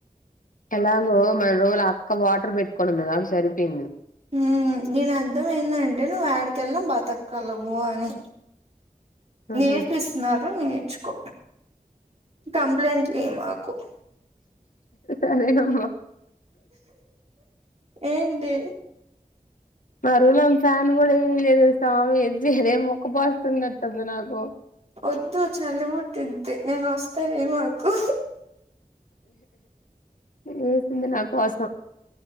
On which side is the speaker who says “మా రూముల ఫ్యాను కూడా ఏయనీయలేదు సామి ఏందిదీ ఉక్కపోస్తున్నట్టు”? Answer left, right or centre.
Left